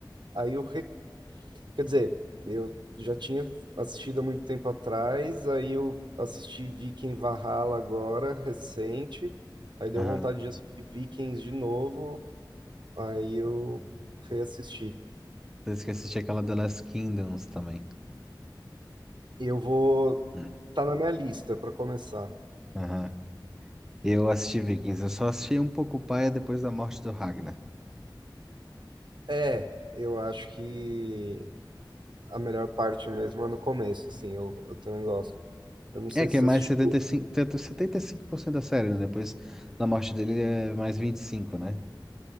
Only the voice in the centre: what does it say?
Aham.
Desde que eu assisti aquela The Last Kingdoms também.
Hum.
Aham. Eu assisti Vikings, eu só assisti um pouco paia depois da morte do Ragnar.
É que
é mais
setenta setenta e e cinco, setenta e cinco por cento da série, né? Depois da morte dele é mais 25, né?